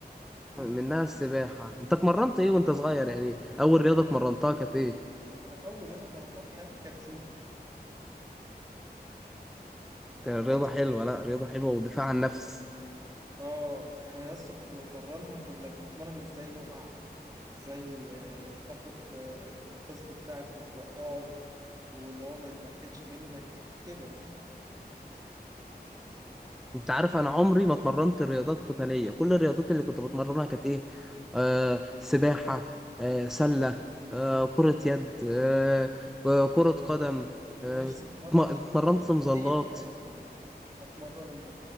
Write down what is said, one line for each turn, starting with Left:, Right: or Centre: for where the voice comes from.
Centre: منها السباحه انت اتمرنت ايه وانت صغير يعني اول رياضه اتمرنتها كانت ايه
Right: انا اول رياضة اتمرنتها في حياتي كانت جودو يعني
Centre: كانت
Right: عارف
Centre: رياضه حلوه لا رياضه حلوه ودفاع عن النفس
Right: اه يعني انا اصلا كنت بتمرنها وكنا بنتمرن ازاي نقع ازاي آه، تاخد آه، الخصم بتاعك وتوقعه واللي هو ما يتمكنش منك كده يعني
Centre: انت عارف انا عمري ما اتمرنت رياضات قتاليه كل الرياضات اللي كنت بتمرنها كانت ايه آه سباحه آه سله آه كره يد آه آه، كره قدم آه
Right: انا نفسي اتمرن
Centre: اتم- اتمرنت
Right: دلوقتي
Centre: مظلات
Right: نية حياتي اتمرن